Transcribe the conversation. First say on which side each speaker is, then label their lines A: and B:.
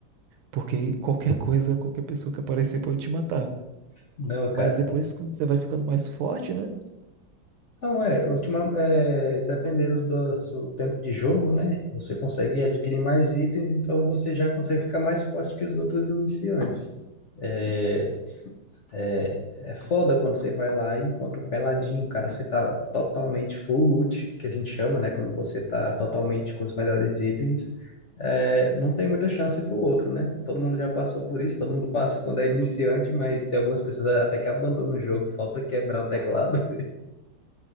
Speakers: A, on the right; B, on the left.
A: Porque qualquer <laughs> coisa, qualquer pessoa que aparecer pode te matar.
B: Não,
A: Mas
B: cara.
A: depois, quando você vai ficando mais forte, né?
B: Não, é, ultima, é, dependendo do seu tempo de jogo, né? Você consegue adquirir mais itens, então você já consegue ficar mais forte que os outros iniciantes. É, É, é foda quando você vai lá e encontra um peladinho, cara. Você tá totalmente full loot, que a gente chama, né? Quando você tá totalmente com os melhores itens, é, não tem muita chance pro outro, né? Todo mundo já passou por isso, todo mundo passa quando é iniciante, mas tem algumas pessoas até que abandonam o jogo, falta quebrar o teclado.